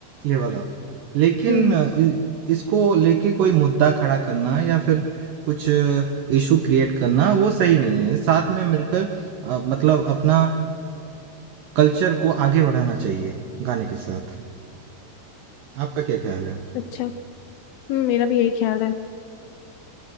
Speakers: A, on the right; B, on the left.
A: ये वाला लेकिन
B: हम्म
A: अ, इ- इसको लेके कोई मुद्दा खड़ा करना या फिर कुछ इशू क्रिएट करना वो सही नहीं है साथ में मिलकर अ, मतलब अपना कल्चर को आगे बढ़ाना चाहिए गाने के साथ आपका क्या ख्याल है
B: अच्छा हम्म मेरा भी यही ख्याल है